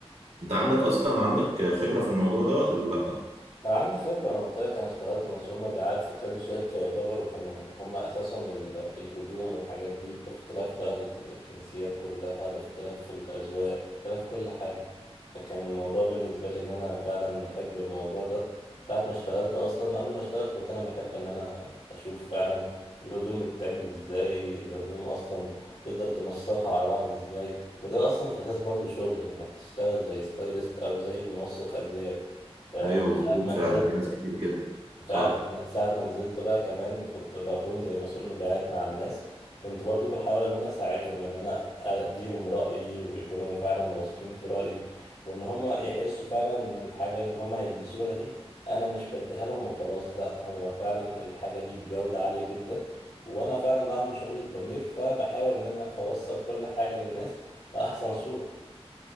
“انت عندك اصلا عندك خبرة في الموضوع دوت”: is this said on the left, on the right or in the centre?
Right